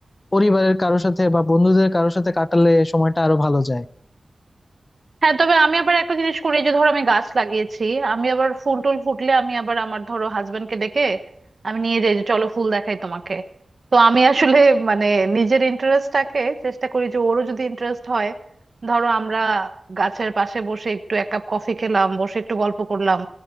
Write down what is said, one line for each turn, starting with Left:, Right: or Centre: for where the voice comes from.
Left: পরিবারের কারোর সাথে বা বন্ধুদের কারোর সাথে কাটালে সময়টা আরো ভালো যায়
Right: হ্যাঁ তবে আমি আবার একটা জিনিস করি এই যে ধরো আমি গাছ লাগিয়েছি আমি আবার ফুল টুল ফুটলে আমি আবার আমার ধরো হাজবেন্ডকে ডেকে আমি নিয়ে যাই যে চলো ফুল দেখাই তোমাকে তো আমি আসলে মানে নিজের ইন্টারেস্টটাকে চেষ্টা করি যে ওরও যদি ইন্টারেস্ট হয় ধরো আমরা গাছের পাশে বসে একটু এক কাপ কফি খেলাম বসে একটু গল্প করলাম